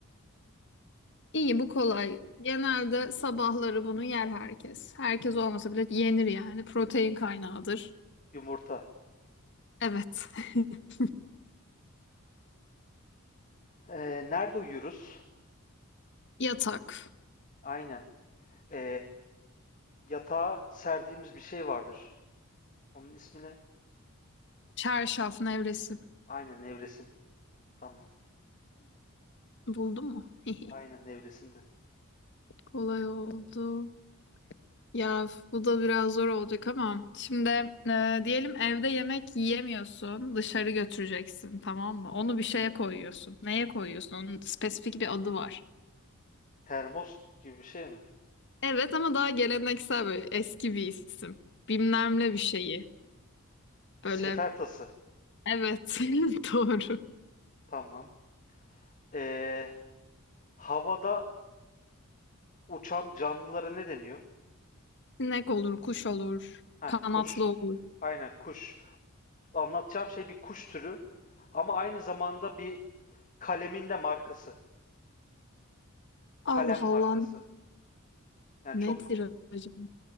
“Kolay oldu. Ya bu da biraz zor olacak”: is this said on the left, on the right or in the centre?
Left